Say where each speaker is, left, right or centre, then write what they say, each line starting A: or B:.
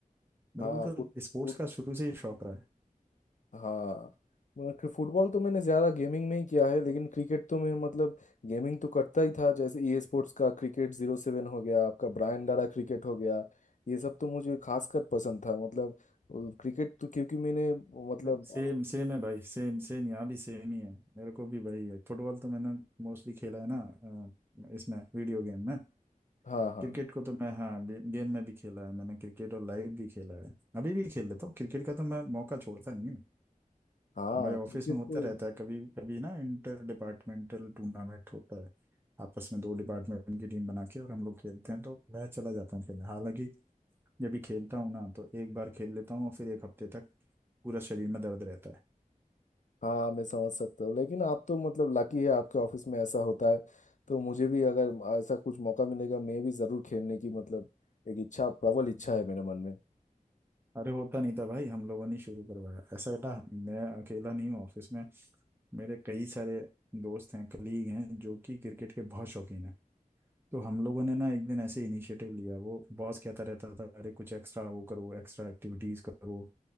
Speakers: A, on the right; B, on the left.
A: मेरे
B: हाँ
A: को तो
B: फुट-
A: स्पोर्ट्स
B: फुट-
A: का शुरू से ही शौक रहा है
B: हाँ मतलब फुटबॉल तो मैंने ज्यादा गेमिंग में ही किया है लेकिन क्रिकेट तो मैं मतलब गेमिंग तो करता ही था जैसे ई स्पोर्ट्स का क्रिकेट जीरो सेवन हो गया आपका ब्रायन डारा क्रिकेट हो गया ये सब तो मुझे खासकर पसंद था मतलब क्रिकेट तो क्योंकि मैंने मतलब
A: सेम सेम है भाई सेम सेम यहाँ भी सेम ही है मेरे को भी वही है फुटबॉल तो मैंने मोस्टली खेला है ना अ, इसमें वीडियो गेम में
B: हाँ हाँ
A: क्रिकेट को तो मैं हाँ गे, गेम में भी खेला है मैंने क्रिकेट और लाइव भी खेला है अभी भी खेल लेता हूँ क्रिकेट का तो मैं मौका छोड़ता नहीं
B: हाँ
A: हमारे ऑफिस
B: क्रिकेट
A: में होता
B: तो
A: रहता है कभी कभी ना इंटर डिपार्टमेंटल टूर्नामेंट होता है आपस में दो डिपार्टमेंट की टीम बना के और हम लोग खेलते हैं तो मैं चला जाता हूँ खेलने हालांकि जब भी खेलता हूँ ना तो एक बार खेल लेता हूँ और फिर एक हफ्ते तक पूरा शरीर में दर्द रहता है
B: हाँ मैं समझ सकता हूँ लेकिन आप तो मतलब लकी है आपके ऑफिस में ऐसा होता है तो मुझे भी अगर ऐसा कुछ मौका मिलेगा मैं भी जरूर खेलने की मतलब एक इच्छा प्रबल इच्छा है मेरे मन में
A: अरे होता नहीं था भाई हम लोगों ने शुरू करवाया ऐसा ना मैं अकेला नहीं हूँ ऑफिस में मेरे कई सारे दोस्त हैं कलीग हैं जो कि क्रिकेट के बहुत शौकीन हैं तो हम लोगों ने ना एक दिन ऐसे इनिशिएटिव लिया वो बॉस कहता रहता था अरे कुछ एक्स्ट्रा वो करो एक्स्ट्रा एक्टिविटीज करो